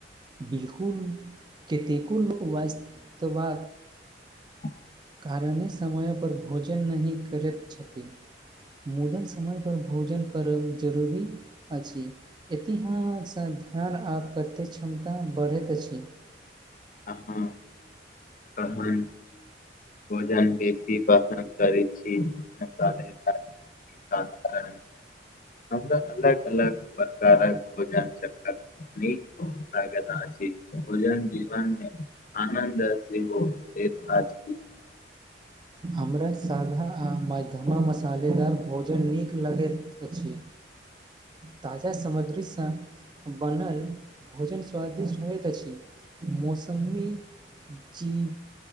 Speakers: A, on the right; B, on the left.
A: बिलकुल कतेको लोक वास्तवा
B: <inaudible>
A: कारणी समयपर भोजन नहि करैत छथि मुदा समय पर भोजन करब जरुरी अछि एतिह ध्यान आ करते क्षमता बढ़ैत अछि
B: अहाँ कहन भोजन बेसी कहन करै छी मसाले साधारण हमर अलग अलग प्रकारक भोजन चाहि न लागेत आछि भोजन जीवनमे आनन्द से हो से आज ही
A: हमरा सादा आ मध्यमा मसालेदार भोजन नीक लगैत अछि ताजा सामग्रीसँ बनल भोजन स्वादिष्ट होइत अछि मौसमी जीव